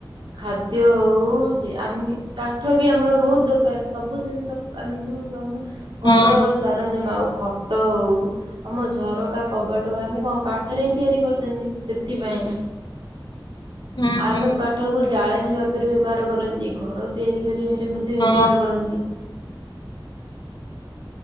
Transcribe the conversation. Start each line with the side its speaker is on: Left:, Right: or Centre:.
Right: ଖାଦ୍ୟ ହଉ ଆମ କାଠ ବି ଆମର ବହୁତ ଦରକାର ସବୁ ଜିନିଷ ଆମେ ଯୋଉ ଆମ
Left: ହଁ।
Right: ଘର ସାରଞ୍ଜମା ଆଉ ଖଟ ହଉ ଆମ ଝରକା କବାଟକୁ ଆମେ କଣ କାଠରେ ହିଁ ତିଆରି କରୁଛନ୍ତି ସେଥିପାଇଁ।
Left: ହୁଁ
Right: ଆମ
Left: ହୁଁ
Right: କାଠକୁ ଜାଳେଣୀ ଭାବରେ ବ୍ୟବହାର କରନ୍ତି ଘର ତିଆରି କରିବାରେ ମଧ୍ୟ ବ୍ୟବହାର
Left: ହଁ
Right: କରନ୍ତି।